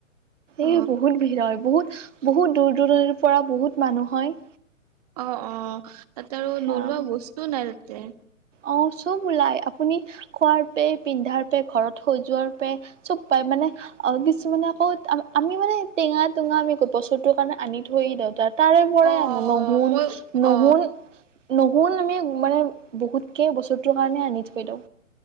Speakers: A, on the right; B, on the right.
A: অ
B: এ বহুত ভিৰ হয় বহুত বহুত দূৰ দূৰণিৰ পৰা বহুত মানুহ হয়
A: অ অ তাতে আৰু
B: সেয়া
A: নোলোৱা বস্তুও নাই উ
B: অ চব ওলাই আপুনি খোৱাৰ পে পিন্ধাৰ পে ঘৰত সজোৱাৰ পে চব পায় মানে অ কিছুমানে আকৌ আমি মানে টেঙা টেঙা আমি বছৰটোৰ কাৰণে আনি থৈ দিওঁ তাত তাৰে পৰাই
A: অ
B: আনো
A: অ
B: নহুন
A: মই
B: নহুন
A: অ
B: নহল তুমি মানে বহুত। একেই বস্তুটোৰ কাৰণে আনি থৈ দিওঁ।